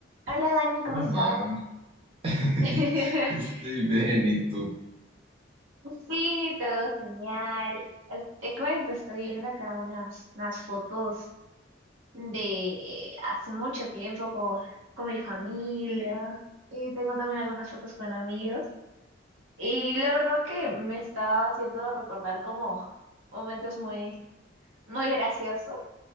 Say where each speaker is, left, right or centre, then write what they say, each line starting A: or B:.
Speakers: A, on the right; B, on the right.
A: Hola Dani, ¿cómo
B: Hola,
A: estás?
B: Mar. <laughs>
A: <laughs>
B: Estoy bien, ¿y tú?
A: Sí, todo genial. Eh, Te cuento, estoy viendo acá unas, unas fotos de hace mucho tiempo con, con mi familia y tengo también algunas fotos con amigos. Y la verdad que me está haciendo recordar como momentos muy, muy graciosos.